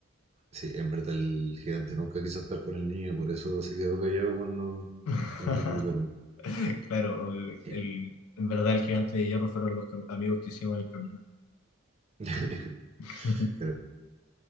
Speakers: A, on the right; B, on the left.
A: sí, en verdad el gigante nunca quiso estar con el niño y por eso se quedó callado cuando,
B: <laughs>
A: cuando se recuperó.
B: Claro, eh,
A: Sí.
B: el, en verdad el gigante de hierro fueron los cam- amigos que hicimos en el camino.
A: <laughs>
B: <laughs>
A: Claro.